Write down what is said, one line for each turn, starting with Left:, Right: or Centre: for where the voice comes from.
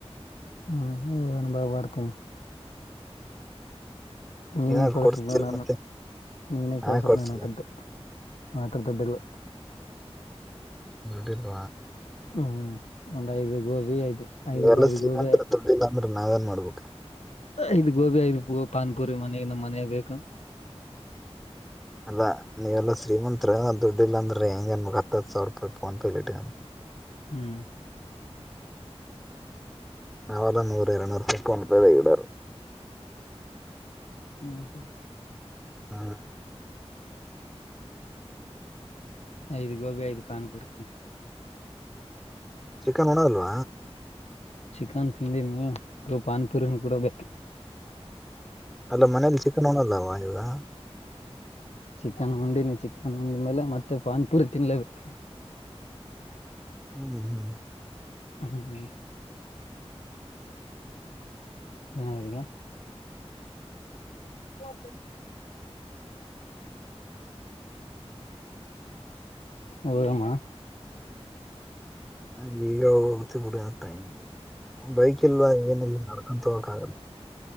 Left: ಹ್ಮ್ ಹ ಅನು ಬಾವ ಬರ್ತೇನೆಿ ನೀನೇ
Centre: ಯಾರು
Left: ಕೊರ
Centre: ಕೊಡ್ಸ್ತಿಲ್
Left: ಸುಾನ
Centre: ಮತ್ತೆ
Left: ನೀನ
Centre: ನಾ
Left: ಕೊರ ಸುಮಾನಥದ್ದು
Centre: ಕೊಡ್ಸ್ಲಿ
Left: ಮಾತ್ರ ತೊಟ್ಟಲ್ಲ
Centre: ಗುಡ ನ
Left: ಹ್ಮ್ ಒಂದು್ ಐದು ಗೋಬಿ ಐದು್
Centre: ನೀವೆಲ್ಲ
Left: ಐದು ಐದು್
Centre: ಶ್ರೀಮಂತರ
Left: ಗೋಬಿ
Centre: ದುಡ್ಡಿಲ್ಲ ಅಂದ್ರೆ ನಾವೇಏನ್ ಮಾಡ್ಬೇಕಾ
Left: ಇದು ಗೋಬಿಐ ಪಾನ್ಪುರಿ ಮನೆ ನಮ್ಮ್ ಮನೆ ಬೇಕು
Centre: ಅಲ್ಲ ನೀವೆಲ್ಲಾ ಶ್ರೀಮಂತ್ರ ದುಡ್ಡು ಇಲ್ಲ ಅಂದ್ರೆ ಹೆಂಗ ಅನ್ಮಗ್ ಹತ್ತು ಸಾವಿರ ರೂಪಾಯಿ ಫೋನ್ ಪೇಲಿಟ್ಟ
Left: ಹ್ಮ್
Centre: ನಾವಾದಾ ನೂರು ಇರನೂರು ಫಟ್ ಒಣಪ ಹಡಾರೆ
Left: ಹ್ಮ್ ಹ್ಮ್
Centre: ಹಾ
Left: ಐದು ಗೋಬಿ ಐದು ಪಾನಪುರಿ
Centre: ಚಿಕನ್ ಉಣಲ್ವ
Left: ಚಿಕನ್ ತಿಂದೀನಿ ಪಾನಿಪುರಿನ ಬಿಡದೆ
Centre: ಅಲ್ಲ ಮನೇಲಿ ಚಿಕನ್ ಉಣಲ್ಲವಾ ಈವಾ ಗ
Left: ಚಿಕನ್ ಉಂಡಿನಿ ಚಿಕನ್ ಉಂಡ್ಮೇಲೆ ಮತ್ತೆ ಪಾನಿಪೂರಿ ತಿನ್ಲೇಬೇಕು.
Centre: ಹ್ಮ್ ಹ್ಮ್ ಹ್ಮ್
Left: ಹ್ಮ ಹ್ಮ್ ಏನ ಆಗ್ಯದಗೆ <inaudible> ಹೌದಮ
Centre: ಅಲ್ಲಿ ಹೋತಿ ಬಿಡ ಟೈಮ ಆಗ್ಯದ ಆ ಬೈಕ್ ಎಲ್ವಾ ಏನಿಲ್ಲ ನಡ್ಕೊಂತಾ ಹೊಗಕ್ ಆಗಲ್ಲ.